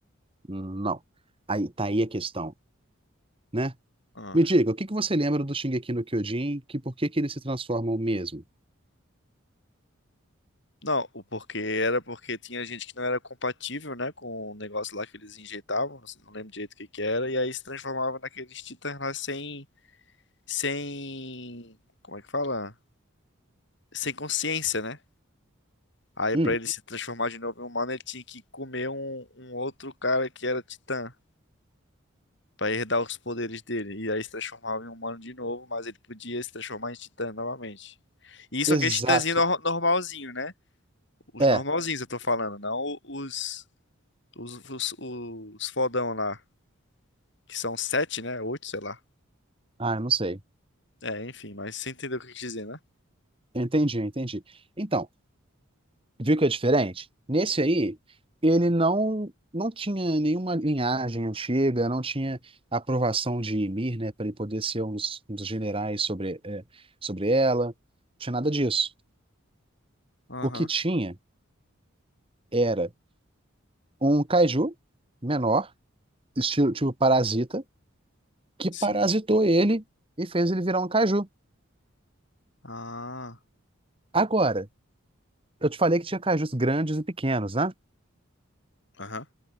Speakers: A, on the right; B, on the left.
A: Não. Aí tá aí a questão, né?
B: Ah.
A: Me diga, o que que você lembra do Shingeki no Kyojin? Que por que que eles se transformam mesmo?
B: Não, o porquê era porque tinha gente que não era compatível, né, com o negócio lá que eles injetavam, não não lembro direito o que que era, e aí se transformava naqueles titãs lá sem, sem, como é que fala? Sem consciência, né? Aí
A: Hum,
B: pra ele se transformar de novo em humano, ele tinha que comer um, um outro cara que era titã, pra herdar os poderes dele, e aí se transformava em humano de novo, mas ele podia se transformar em titã novamente. E isso
A: exato.
B: aqueles titãzinho nor- normalzinho, né? Os
A: É.
B: normalzinhos eu tô falando, não os Os, os, os fodão lá, que são sete, né? Oito, sei lá.
A: Ah, eu não sei.
B: É, enfim, mas você entendeu o que eu quis dizer, né?
A: Eu Entendi, eu entendi. Então, Viu que é diferente? Nesse aí, ele não não tinha nenhuma linhagem antiga, não tinha aprovação de Ymir, né, para ele poder ser um dos, um dos generais sobre, é, sobre ela. Não tinha nada disso.
B: Aham,
A: O que tinha era um kaiju menor, estilo tipo parasita, que
B: sim.
A: parasitou ele e fez ele virar um kaiju.
B: Ah,
A: Agora, eu te falei que tinha kaijus grandes e pequenos, né?
B: aham.